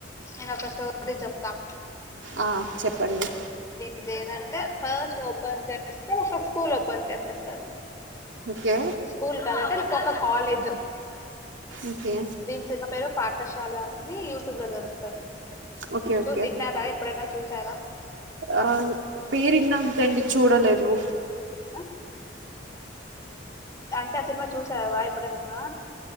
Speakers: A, on the left; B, on the right.
A: నేను ఒక స్టోరీ చెప్తాం
B: ఆ చెప్పండి
A: ఇదేదండి ఫస్ట్ ఓపెన్ చేస్తే ఒక స్కూల్ ఓపెన్ చేసేస్తారు
B: ఓకే
A: స్కూల్ కాదంటే ఇక్కొక్క కాలేజ్
B: ఓకే
A: దీని చిన్న పేరు పాఠశాల అని యూట్యూబ్ లో దొరుకుతది
B: ఓకే ఓకే
A: చూస ఇన్న రా ఎప్పుడన్నా చూసారా
B: ఆ పేరుయింకా అండి చూడలేదు
A: ఆ అంటే ఆ సినిమా చూసావా ఎప్పుడన్నా